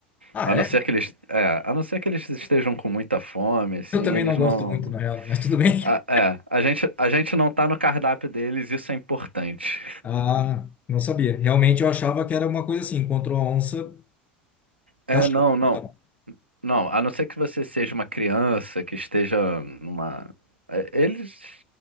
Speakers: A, on the left; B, on the right.
A: Ah,
B: A não
A: é?
B: ser que eles, é, a não ser que eles estejam com muita fome, assim,
A: Eu também
B: eles
A: não gosto
B: não.
A: muito, na real, mas tudo bem.
B: A, é, a gente, a gente não tá no cardápio deles, isso é importante.
A: Ah, não sabia. Realmente eu achava que era uma coisa assim, encontrou a onça, caixão.
B: É, não, não.
A: sabe?
B: Não, a não ser que você seja uma criança que esteja numa. é, Eles